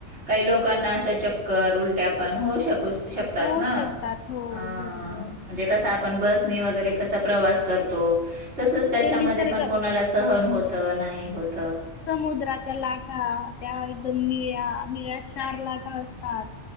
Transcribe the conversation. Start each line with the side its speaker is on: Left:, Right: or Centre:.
Right: काही लोकांना असं चक्कर -उलट्या पण होऊ शकू शकतात
Left: होऊ
Right: ना.
Left: शकतात हो
Right: ह म्हणजे
Left: बरोबर
Right: कस आपण बसनी वगैरे कसा प्रवास करतो तसंच त्याच्यामध्ये
Left: ते निसर्ग
Right: पण
Left: हो
Right: कोणाला सहन होतं, नाही होत.
Left: समुद्राच्या लाठा त्या एकदम निळ्या निळ्याशार लाटा असतात.